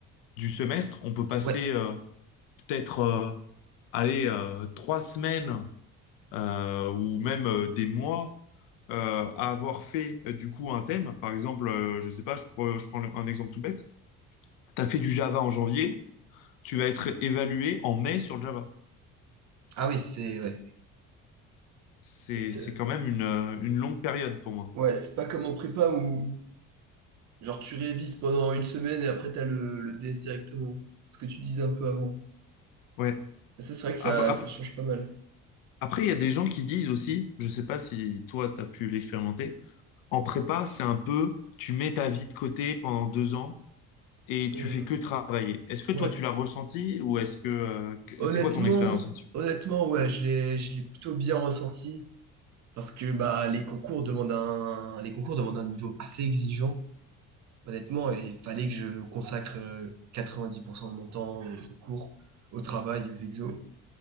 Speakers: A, on the left (about 80°); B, on the right (about 60°).
A: du semestre. On peut passer
B: Ouais,
A: euh, peut-être, euh, allez, euh, trois semaines euh, ou même euh, des mois euh, à avoir fait euh, du coup un thème. Par exemple, euh, je sais pas, je, prends- je prends un exemple tout bête. Tu as fait du Java en janvier, tu vas être évalué en mai sur le Java.
B: ah oui, c'est ouais.
A: C'est,
B: Peut-être,
A: c'est
B: euh,
A: quand même une, euh, une longue période pour moi.
B: Ouais, c'est pas comme en prépa où Genre, tu révises pendant une semaine et après, t'as le, le DS directement. Ce que tu disais un peu avant.
A: Ouais.
B: Et ça, c'est vrai que
A: Ap-
B: ça,
A: ap-
B: ça change pas mal.
A: Après, il y a des gens qui disent aussi, je sais pas si toi, tu as pu l'expérimenter, en prépa, c'est un peu, tu mets ta vie de côté pendant deux ans et
B: Hmm.
A: tu fais que travailler. Est-ce que
B: Ouais.
A: toi, tu l'as ressenti ou est-ce que, euh, que-
B: Honnêtement,
A: c'est quoi ton expérience là-dessus?
B: honnêtement, ouais, je l'ai, je l'ai plutôt bien ressenti. Parce que bah, les concours demandent un, les concours demandent un niveau assez exigeant, honnêtement, et il fallait que je consacre euh, 90% de mon temps au concours, au travail, et aux exos.